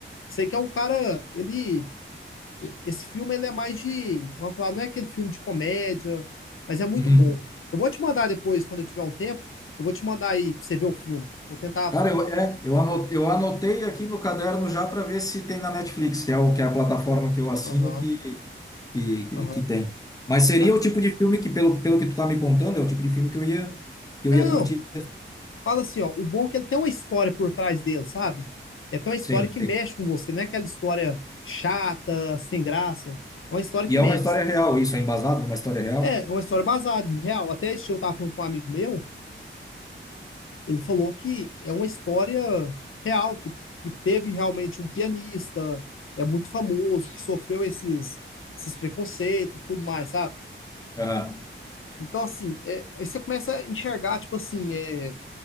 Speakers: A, on the left; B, on the left.
A: Sei que é um cara, ele Esse filme ele é mais de, vamos falar, não é aquele filme de comédia, mas é muito
B: Uhum.
A: bom. Eu vou te mandar depois, quando eu tiver um tempo, eu vou te mandar aí pra você ver o filme. Vou tentar.
B: Cara, eu, é, eu ano- eu anotei aqui no caderno já para ver se tem na Netflix, que é, o, que é a plataforma que eu assino
A: Aham,
B: que, que, que,
A: aham.
B: que tem. Mas seria
A: Fa-
B: o tipo de filme que, pelo, pelo que tu tá me contando, é o tipo de filme que eu ia, que
A: Não,
B: eu ia curtir.
A: fala assim, ó. O bom é que ele tem uma história por trás dele, sabe? É até uma história
B: Sim,
A: que
B: sim.
A: mexe com você, não é aquela história chata, sem graça. É uma história
B: E
A: que
B: é
A: mexe.
B: uma história real, isso é embasado numa história real?
A: É, é uma história baseada em real. Até esse dia eu tava falando com um amigo meu. Ele falou que é uma história real, que, que teve realmente um pianista, é muito famoso, que sofreu esses, esses preconceitos, tudo mais, sabe?
B: Ah,
A: Então, assim, é, aí você começa a enxergar, tipo assim, é,